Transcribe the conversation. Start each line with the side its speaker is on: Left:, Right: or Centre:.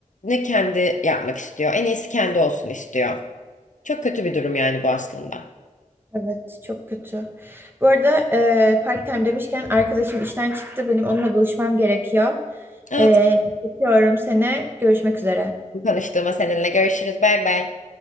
Left: kendi yapmak istiyor, en iyisi kendi olsun istiyor. Çok kötü bir durum yani bu aslında.
Right: Evet çok kötü. Bu arada e, part time demişken arkadaşım işten çıktı. Benim onunla buluşmam gerekiyor.
Left: Evet,
Right: E, öpüyorum seni. Görüşmek üzere.
Left: tanıştığıma seninle görüşürüz. Bay bay.